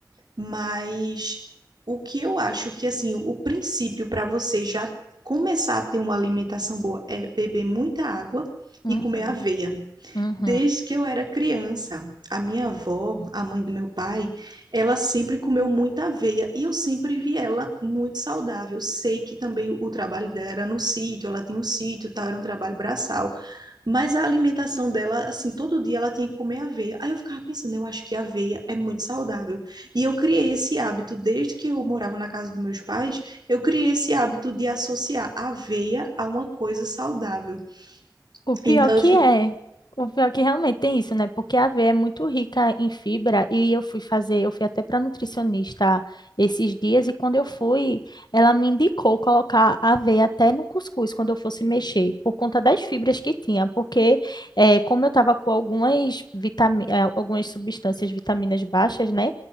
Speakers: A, on the right (about 75°); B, on the left (about 75°).
A: Mas o que eu acho que, assim, o princípio para você já começar a ter uma alimentação boa é beber muita água
B: Uhum,
A: e comer aveia.
B: uhum.
A: Desde que eu era criança, a minha avó, a mãe do meu pai, ela sempre comeu muita aveia e eu sempre vi ela muito saudável. Sei que também o trabalho dela era no sítio, ela tem um sítio, e tal, era um trabalho braçal. Mas a alimentação dela, assim, todo dia ela tinha que comer aveia. Aí eu ficava pensando, eu acho que aveia é muito saudável. E eu criei esse hábito, desde que eu morava na casa dos meus pais, eu criei esse hábito de associar aveia a uma coisa saudável.
B: O pior
A: Então
B: que
A: eu fico.
B: é, o pior que realmente tem isso, né? Porque a aveia é muito rica em fibra e eu fui fazer, eu fui até para nutricionista esses dias e quando eu fui, ela me indicou colocar a aveia até no cuscuz quando eu fosse mexer, por conta das fibras que tinha, porque eh, como eu estava com algumas vitami eh, algumas substâncias, vitaminas baixas, né?